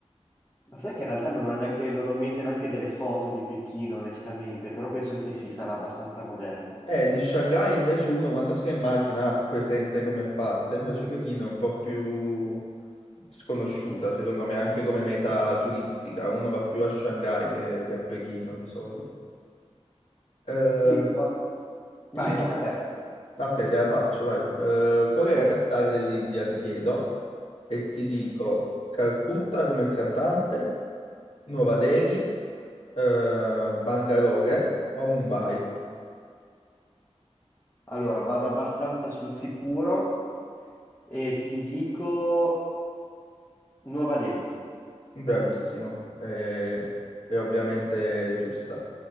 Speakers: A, on the left; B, on the left.
A: Ma sai che in realtà non ho neanche, non ho in mente neanche delle foto di Pechino, onestamente, però penso che sì, sarà abbastanza moderno.
B: Eh, di Shanghai invece uno quando se la immagina ha presente come è fatta, invece Pechino è un po' più sconosciuta, secondo me, anche come meta turistica. Uno va più a Shanghai che, che a Pechino di solito. Eh,
A: Sì, ma vai,
B: di-
A: tocca a te.
B: Ok, te la faccio, vai. Eh, qual è
A: Vai,
B: la capitale
A: vai.
B: dell'India,
A: Mhm,
B: ti chiedo, e ti dico
A: Ok.
B: Calcutta come il cantante, Nuova Delhi, eh, Bangalore o Mumbai.
A: Allora, vado abbastanza sul sicuro e ti dico Nuova Delhi.
B: Bravissimo, Eh, è ovviamente giusta.